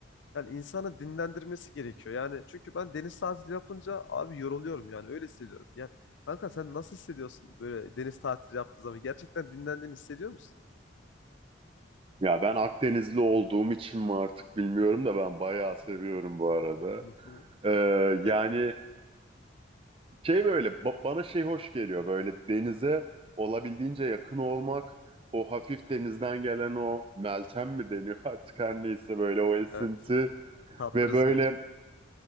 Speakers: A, on the left; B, on the right.
A: Yani insanı dinlendirmesi gerekiyor. Yani çünkü ben deniz tatili yapınca abi yoruluyorum yani öyle hissediyorum. Yani kanka sen nasıl hissediyorsun böyle deniz tatili yaptığın zaman? Gerçekten dinlendiğini hissediyor musun?
B: Ya ben Akdenizli olduğum için mi artık bilmiyorum da ben bayağı seviyorum bu arada.
A: Hı hı.
B: E,
A: Evet,
B: yani şey böyle ba- bana şey hoş geliyor böyle denize olabildiğince yakın olmak. O hafif denizden gelen o meltem mi deniyor <laughs> artık her neyse böyle o esinti.
A: evet. Tatlı
B: Ve
A: rüzgar.
B: böyle